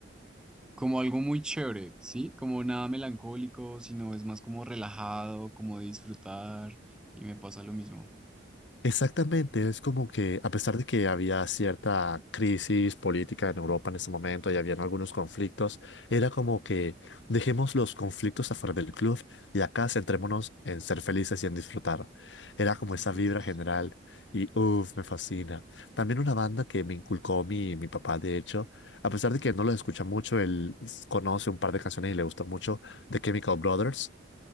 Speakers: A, in the centre; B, on the left.
A: como algo muy chévere, ¿sí? Como nada melancólico, sino es más como relajado, como de disfrutar. Y me pasa lo mismo.
B: Exactamente, es como que a pesar de que había cierta crisis política en Europa en ese momento y habían algunos conflictos, era como que dejemos los conflictos afuera del club y acá centrémonos en ser felices y en disfrutar. Era como
A: De ser
B: esa
A: felices.
B: vibra general y uff, me fascina. También una banda que me inculcó mi, mi papá, de hecho, a pesar de que no lo escucha mucho, él s- conoce un par de canciones y le gusta mucho, The Chemical Brothers.